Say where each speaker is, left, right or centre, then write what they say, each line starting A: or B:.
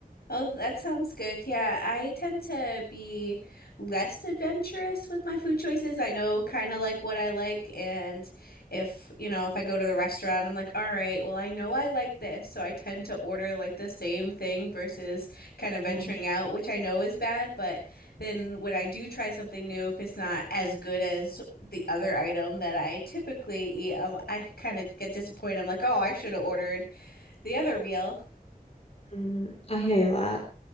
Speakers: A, on the left (about 90°); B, on the left (about 45°).
A: Oh, that sounds good. Yeah, I tend to be less adventurous with my food choices. I know kind of like what I like, and if, you know, if I go to the restaurant, I'm like, all right, well, I know I like this, so I tend to order like the same thing versus kind of venturing
B: Mm.
A: out, which I know is bad, but then when I do try something new, if it's not as good as the other item that I typically eat, um, I kind of get disappointed. I'm like, oh, I should have ordered the other meal.
B: Mm, I hear that.